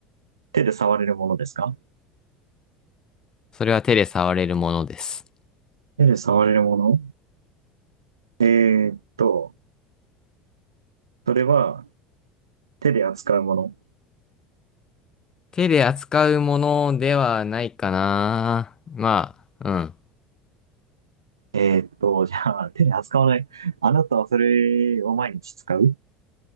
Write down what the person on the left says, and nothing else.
それは手で触れるものです。
手で扱うものではないかな。まあ、うん。